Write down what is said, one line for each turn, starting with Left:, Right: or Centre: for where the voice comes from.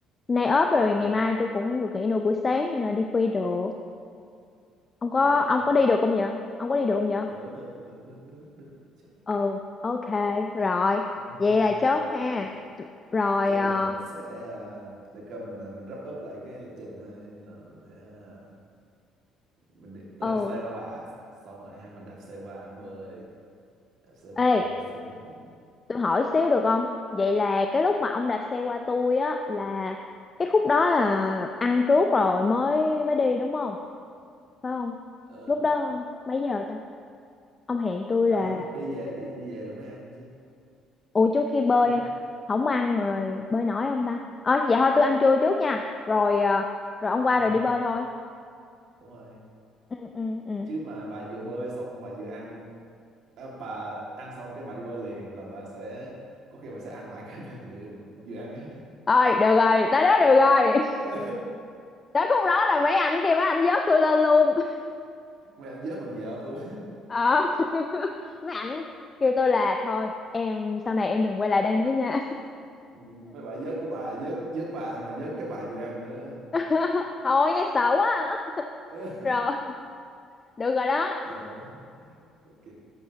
Left: nay ốp rồi ngày
Right: Ừ.
Left: mai tôi cũng được nghỉ nửa buổi sáng nên là đi khuya được ông có
Right: quá đã
Left: ông có đi được không vậy ông có đi được không vậy
Right: được được được được được được chốt
Left: ừ ok rồi
Right: ok
Left: vậy là chốt ha
Right: Ok.
Left: rồi
Right: chốt
Left: ờ,
Right: là mình sẽ à, để coi mình là mình wrap up lại cái lịch trình này là mình sẽ à, mình đi, tôi
Left: ừ
Right: đạp xe qua bà xong rồi hai mình đạp xe qua hồ bơi đạp xe qua hồ
Left: ê
Right: bơi xong mình
Left: Tôi hỏi xíu được không? Vậy là cái lúc mà ông đạp xe qua tôi á là cái khúc đó là ăn trước rồi mới mới đi đúng không? Phải không?
Right: ờ,
Left: Lúc đó mấy giờ ta? Ông hẹn tôi
Right: đâu
Left: là
Right: đi, đi về đi đi về rồi mới ăn chứ
Left: ủa trước khi bơi
Right: đúng không
Left: không ăn rồi bơi nổi không ta? Ờ vậy thôi tôi ăn trưa trước nha. Rồi à, rồi ông qua
Right: ờ
Left: rồi đi bơi
Right: đúng rồi
Left: thôi.
Right: đúng rồi
Left: Ừ ừ ừ.
Right: chứ mà bà vừa bơi xong bà vừa ăn à, bà ăn xong cái bà đi bơi liền là bà sẽ có khi bà sẽ ăn lại cái bà vừa, vừa ăn á
Left: Ơi được rồi, tới đó được rồi.
Right: <laughs>
Left: <laughs> Tới khúc đó là mấy ảnh kia mấy ảnh vớt tôi lên luôn.
Right: mấy anh vớt bằng vợt luôn
Left: ờ <laughs> mấy ảnh kêu tôi là thôi em sau này em đừng quay lại đây nữa nha
Right: <laughs> mấy bà vớt của bà vớt vớt bà xong rồi vớt cái bà vừa ăn nữa
Left: <laughs> thôi nghe sợ quá
Right: <laughs>
Left: rồi được rồi đó
Right: giờ ok